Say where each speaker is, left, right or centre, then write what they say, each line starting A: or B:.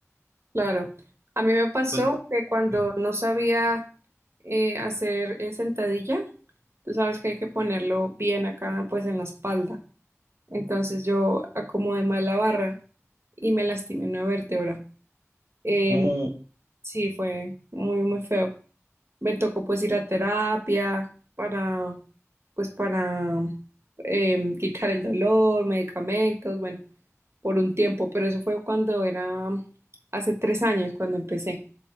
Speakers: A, on the right (about 55°); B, on the right (about 80°).
A: Claro. A mí me pasó
B: Entonces,
A: que cuando
B: Sí.
A: no sabía eh, hacer eh, sentadilla, tú sabes que hay que ponerlo bien acá, pues en la espalda. Entonces yo acomodé mal la barra y me lastimé una vértebra. Em,
B: uh,
A: sí, fue muy, muy feo. Me tocó pues ir a terapia para, pues para em, quitar el dolor, medicamentos, bueno, por un tiempo, pero eso fue cuando era hace tres años, cuando empecé.